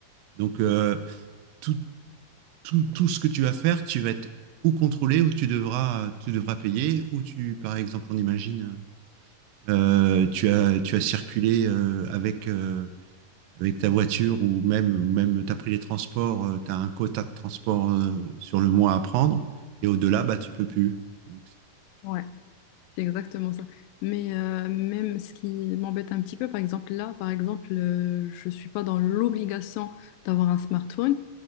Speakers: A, on the right (about 80°); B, on the left (about 85°).
A: Donc, euh, tout, tout, tout ce que tu vas faire, tu vas être ou contrôlé, ou tu devras, tu devras payer, ou tu, par exemple, on imagine, euh, tu as, tu as circulé euh, avec, euh, avec ta voiture ou même, même tu as pris les transports, euh, tu as un quota de transport euh, sur le mois à prendre, et au-delà, bah, tu peux plus. Donc,
B: ouais, c'est exactement ça. Mais euh, même ce qui m'embête un petit peu, par exemple, là, par exemple, euh, je ne suis pas dans l'obligation d'avoir un smartphone.